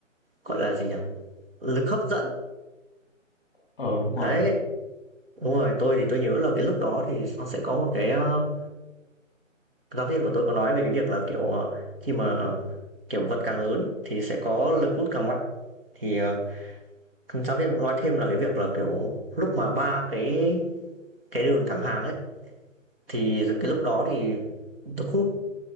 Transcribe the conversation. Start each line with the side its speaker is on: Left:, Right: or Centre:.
Right: gọi là gì nhỉ? Lực hấp dẫn.
Left: ờ đúng
Right: Đấy,
Left: rồi
Right: Đúng rồi, tôi thì tôi nhớ là cái lúc đó thì nó sẽ có một cái, ơ, giáo viên của tôi có nói về cái việc là, kiểu, ờ, khi mà, kiểu, vật càng lớn thì sẽ có lực hút càng mạnh. Thì, ờ, giáo viên cũng nói thêm là cái việc là, kiểu, lúc mà ba cái cái đường thẳng hàng ấy, thì cái lúc đó thì lực hút